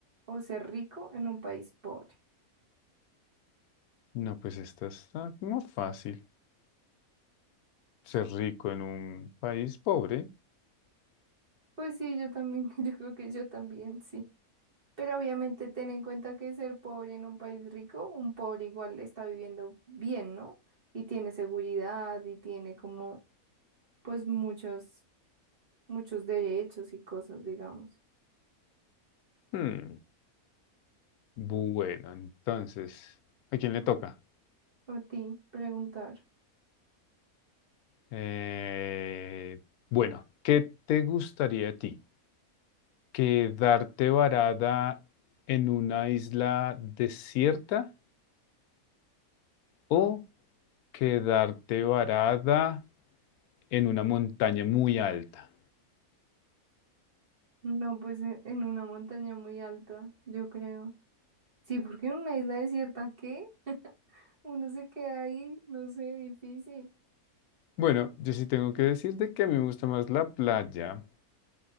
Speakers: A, on the right (about 40°); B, on the left (about 85°).
A: o ser rico en un país pobre?
B: No, pues esta está como fácil ser rico en un país pobre.
A: Pues sí, yo también, <laughs> yo creo que yo también, sí. Pero obviamente ten en cuenta que ser pobre en un país rico, un pobre igual está viviendo bien, ¿no? Y tiene seguridad y tiene como, pues muchos, muchos derechos y cosas, digamos.
B: Hmm, Bueno, entonces, ¿a quién le toca?
A: A ti, preguntar.
B: Eh, bueno, ¿qué te gustaría a ti? ¿Quedarte varada en una isla desierta o quedarte varada en una montaña muy alta?
A: No, pues e- en una montaña muy alta, yo creo. Sí, porque en una isla desierta, ¿qué? Uno se queda ahí, no sé, difícil.
B: Bueno, yo sí tengo que decirte que a mí me gusta más la playa.